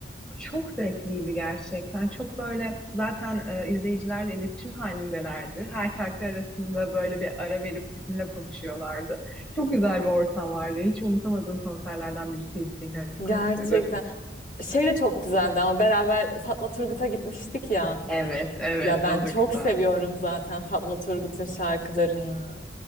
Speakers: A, in the centre; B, on the left.
A: Çok zevkliydi gerçekten. Çok böyle zaten e, izleyicilerle iletişim halindelerdi. Her şarkı arasında böyle bir ara verip bizimle konuşuyorlardı. Çok güzel bir ortam vardı. Hiç unutamadığım konserlerden birisiydi Fener'in
B: Gerçekten.
A: konseri.
B: Şey de çok güzeldi ama beraber Fatma Turgut'a gitmiştik ya.
A: Evet, evet
B: Ya ben
A: o
B: çok
A: da güzel.
B: seviyorum zaten Fatma Turgut'un şarkılarını.